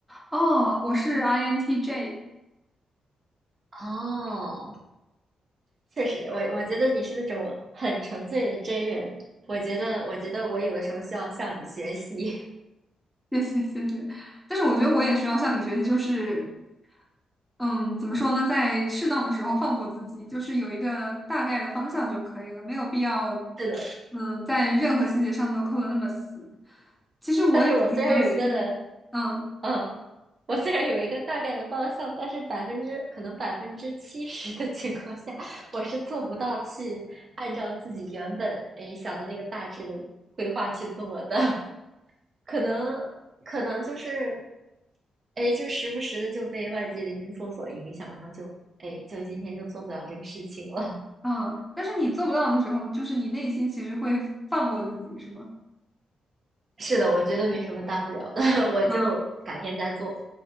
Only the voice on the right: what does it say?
哦，确实，我我觉得你是那种很纯粹的真人。我觉得，我觉得我有的时候需要向你学习。
<laughs> 是的，
但是我虽然有一个的，
嗯，我虽然有一个大概的方向，但是百分之可能百分之七十的情况下，我是做不到去按照自己原本诶想的那个大致的规划去做的。<laughs> 可能可能就是，哎，就时不时的就被外界的因素所影响，然后就哎，就今天就做不了这个事情了。
<laughs> 是的，我觉得没什么大不了的，<laughs> 我就改天再做，